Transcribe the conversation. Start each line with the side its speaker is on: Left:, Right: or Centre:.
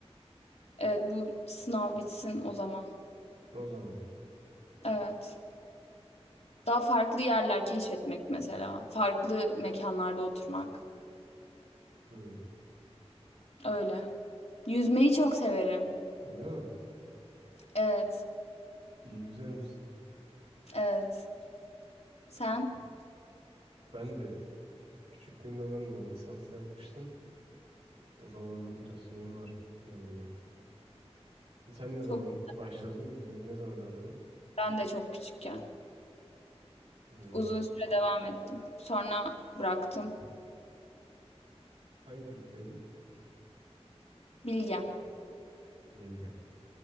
Left: Evet bu sınav bitsin o zaman.
Right: O zaman.
Left: Evet. Daha farklı yerler keşfetmek mesela. Farklı mekanlarda oturmak.
Right: Hı.
Left: Öyle. Yüzmeyi çok severim.
Right: Öyle mi?
Left: Evet.
Right: İyi yüzer misin?
Left: Evet. Sen?
Right: Ben de Küçüklüğümde ben de onu lisansla yapmıştım. O zamandan biraz şeyim var benimle. Sen ne zaman
Left: Çok,
Right: başladın? Yüzmeyi ne zaman öğrendin?
Left: ben de çok küçükken.
Right: Hmm.
Left: Uzun süre devam ettim. Sonra bıraktım.
Right: Hangi kulüpteydin?
Left: Bilgem.
Right: Yelken.